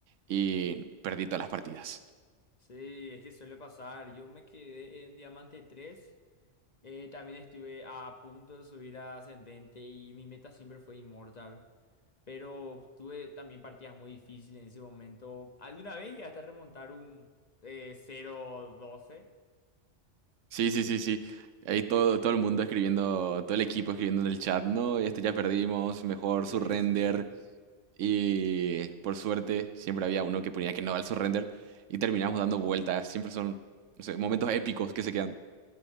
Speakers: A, on the right (about 85°); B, on the left (about 40°).
A: y perdí todas las partidas.
B: Sí, es que suele pasar. Yo me quedé en Diamante tres Eh, también estuve a punto de subir a Ascendente y mi meta siempre fue Inmortal. pero tuve también partidas muy difíciles en ese momento. Alguna vez llegué hasta remontar un eh, 0-12.
A: Sí, sí, sí, sí. Ahí todo, todo el mundo escribiendo, todo el equipo escribiendo en el chat, no, este ya perdimos, mejor
B: Sí,
A: surrender.
B: sí, sí.
A: Y por suerte, siempre había uno que ponía que no al surrender. Y terminamos dando vueltas. Siempre son, no sé, momentos épicos que se quedan.